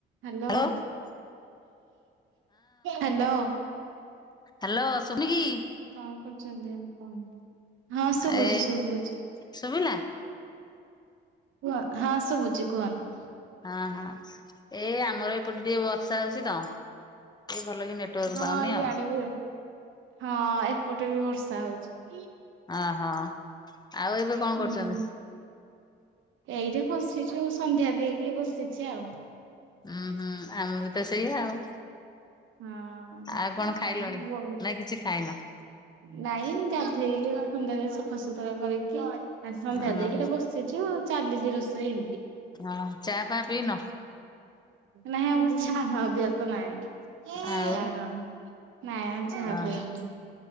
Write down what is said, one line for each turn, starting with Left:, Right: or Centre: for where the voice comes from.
Right: Hello
Left: hello
Right: hello.
Left: Hello ସୁବୁନିକି?
Right: କଣ କରୁଛନ୍ତି ଆପଣ ହଁ ଶୁଭୁଛି
Left: ଏ
Right: ଶୁଭୁଛି।
Left: ଶୁଭିଲା
Right: କୁହ ହଁ ଶୁଭୁଛି କୁହନ୍ତୁ।
Left: ହଁ ହଁ। ଏ ଆମର ଏପଟେ ଟିକେ ବର୍ଷା ହଉଛି ତ ଭଲ କି ନେଟୱାର୍କ
Right: ହଁ
Left: ପାଉନି
Right: ଇଆଡେ
Left: ଆଉ।
Right: ବି ହଁ ଏପଟେ ବି ବର୍ଷା ହଉଛି।
Left: ଓହୋ ଆଉ ଏବେ କଣ
Right: ହୁଁ
Left: କରୁଛନ୍ତି?
Right: ଏଇଠି ବସିଛୁ ସନ୍ଧ୍ୟା ଦେଇକି ବସିଛି ଆଉ।
Left: ହୁଁ ହୁଁ ଆମେ ବି ତ ସେଇଆ ଆଉ।
Right: ହଁ।
Left: ଆଉ କଣ
Right: ଆଉ
Left: ଖାଇଲଣି ନାଇ କିଛି ଖାଇନ?
Right: ନାଇଁ ଗାଧେଇକି ଥଣ୍ଡାରେ ସଫାସତୁରା କରିକି ଆ ସନ୍ଧ୍ୟା
Left: ଓହୋ
Right: ଦେଇକିତ ବସିଛୁ ଆଉ ଚାଲିଛି ରୋଷେଇ।
Left: ହଁ ଚା ଫା ପିଇନ
Right: ନାଇଁ ଆମର ଛା ଅଭ୍ୟାସ ନାହିଁ।
Left: ଆଉ।
Right: ତାର ନାଇଁ ଚାହା
Left: ଓହୋ
Right: ପୀଉନୁ